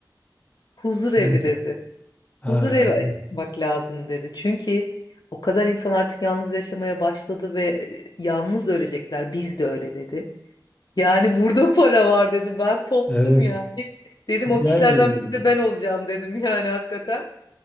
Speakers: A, on the left (about 60°); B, on the left (about 20°).
A: huzur evi
B: Hmm,
A: dedi
B: Ha,
A: Huzur evi
B: evet.
A: açmak lazım dedi. Çünkü o kadar insan artık yalnız yaşamaya başladı ve e, yalnız ölecekler. Biz de öyle dedi. Yani burada para var dedi. Ben koptum
B: evet.
A: yani. Dedim
B: Yani
A: o kişilerden biri de ben olacağım dedim yani hakikaten.